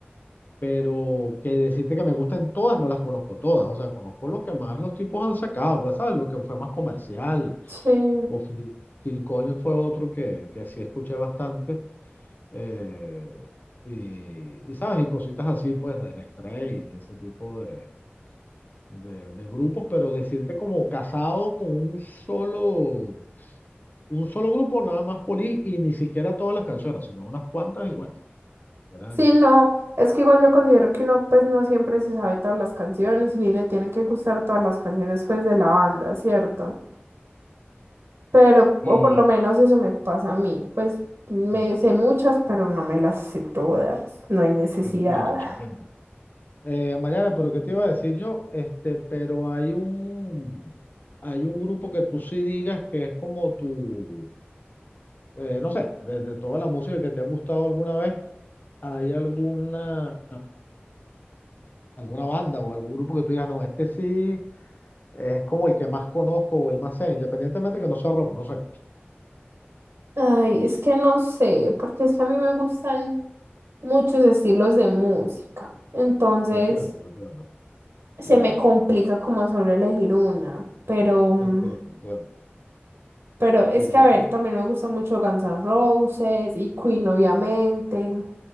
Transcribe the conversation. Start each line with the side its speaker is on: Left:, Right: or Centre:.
Left: pero que decirte que me gustan todas, no las conozco todas, o sea, conozco lo que más los tipos han sacado, pues sabes, lo que fue más comercial,
Right: sí.
Left: o Phil, Phil Collins fue otro que, que sí escuché bastante, eh, y, y sabes, y cositas así, pues, de Straits, y ese tipo de... De, de grupos, pero decirte como casado con un solo, un solo grupo, nada más Polis, y ni siquiera todas las canciones, sino unas cuantas, y bueno, eran-
Right: Sí, no, es que igual yo considero que uno pues no siempre se sabe todas las canciones y ni le tienen que gustar todas las canciones pues de la banda, ¿cierto? Pero,
Left: y
Right: o por lo menos eso me pasa a mí, pues me
Left: ah,
Right: sé muchas, pero no me las sé todas, no hay necesidad.
Left: te entiendo, te entiendo. Eh, Mariana, pero ¿qué te iba a decir yo? Este, pero hay un, hay un grupo que tú sí digas que es como tu, eh, no sé, de, de toda la música que te ha gustado alguna vez, ¿hay alguna, alguna banda o algún grupo que tú digas, no, este sí es como el que más conozco o el más sé, independientemente que no sea rock, no sé,
Right: Ay, es que no sé, porque es que a mí me gustan muchos estilos de música, entonces
Left: te entiendo, te entiendo,
Right: se
Left: ya.
Right: me complica como solo elegir una, pero... mm,
Left: Entiendo, entiendo.
Right: Pero es
Left: Sí,
Right: que, a ver, también me gusta mucho Guns N' Roses y Queen, obviamente.